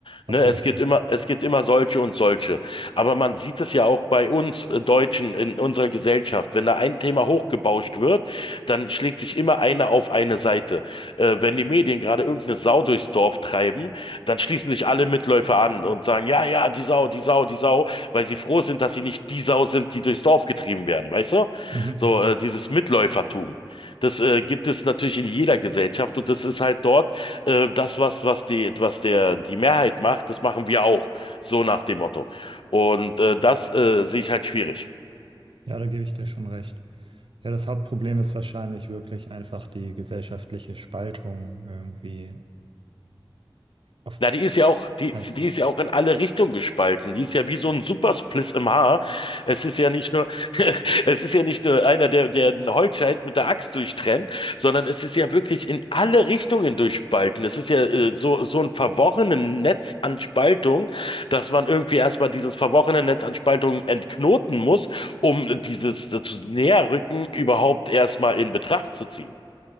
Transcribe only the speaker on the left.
Ne,
es gibt
immer, es gibt immer solche und solche. Aber man sieht es ja auch bei uns äh, Deutschen in unserer Gesellschaft. Wenn da ein Thema hochgebauscht wird, dann schlägt sich immer einer auf eine Seite. Äh, wenn die Medien gerade irgendeine Sau durchs Dorf treiben, dann schließen sich alle Mitläufer an und sagen, ja, ja, die Sau, die Sau, die Sau, weil sie froh sind, dass sie nicht die Sau sind, die durchs Dorf getrieben werden, weißt du?
So, äh, dieses Mitläufertum. Das äh, gibt es natürlich in jeder Gesellschaft und das ist halt dort äh, das, was, was die, was der, die Mehrheit macht, das machen wir auch. So nach dem Motto. Und äh, das äh, sehe ich halt schwierig.
Na, die ist ja auch, die,
die ist ja auch in alle Richtungen gespalten. Die ist ja wie so ein Superspliss im Haar. Es ist ja nicht nur, <laughs> es ist ja nicht nur einer, der, der einen Holzscheit mit der Axt durchtrennt, sondern es ist ja wirklich in alle Richtungen durchspalten. Es ist ja äh, so, so ein verworrenes Netz an Spaltung, dass man irgendwie erstmal dieses verworrene Netz an Spaltung entknoten muss, um dieses äh, zu Näherrücken überhaupt erstmal in Betracht zu ziehen.